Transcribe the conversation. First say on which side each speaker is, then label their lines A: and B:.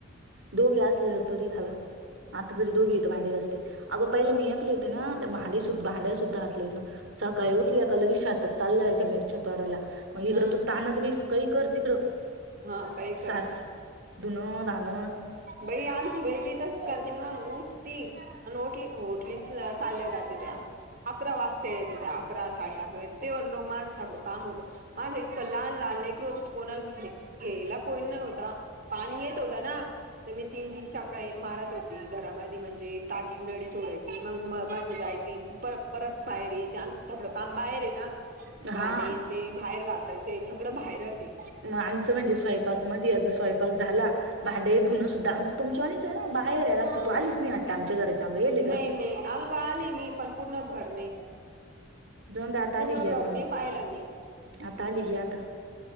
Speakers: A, on the right; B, on the right.
A: दोघे असले तरी हवा आता तरी दोघी येत भांडे असते अगं पहिले मी ऐले होते ना भांडे भांड्याल सुद्धा... सकाळी उठल्या कामात..... चाललायच्या मिरच्या तडाला मग इकडे
B: हा
A: तू त ब काही कर.... तिकड
B: हा काही कर
A: सार धुन नान...
B: बई आमची बाई बी... च करते मग उठ त आणि टली होटलीच चालल्या जाते त्या.... अकरा वाजता येत त्या अकरा साडे अकरा ते लोक माझ सगळं काम होतं.... माझं इतकं लहान लहान लेकर होत कोणाला गेले.. घ्यायला कोण न होता पाणी येत होता ना.... तर मी तीन तीन चक्र मारत होती घरामध्ये म्हणजे टाकी नळी सोडायची मग म मध्ये जायची.... परत परत बाहेर यायचे आमचं सगळं काम बाहेर आहे ना...
A: हा
B: भाणे ते बाहेर घासायचंय सगळं बाहेरच आहे.....
A: ग आमचं म्हणजे स्वयंपाक मध्ये अ स्वयंपाक झाला भांडे धुनं सुद्धा आमच... तुमच्या आणिच आहे ना बाहेर आहे लागतं
B: हा
A: तू आलीच नाही वाटत आमच्या घराच्याांगडेेले
B: नाही
A: का?
B: नाही अंग आली मी पण पूर्ण घर नाही....
A: दोनदा आत
B: पूर्ण
A: आली घे
B: घर
A: म
B: नाही पाहिलं मी
A: आता आली घे आता